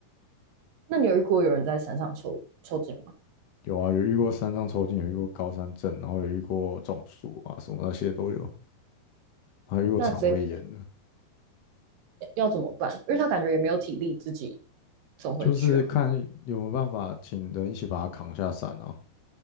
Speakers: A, on the right; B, on the left.
A: 那你有遇过有人在山上抽抽筋吗？
B: 有啊，有遇过山上抽筋，有遇过高山症，然后有遇过中暑啊，什么那些都有，还遇过肠胃炎的，
A: 那这要怎么办？因为他感觉也没有体力自己走回去啊。
B: 就是看有没有办法请人一起把他扛下山啊，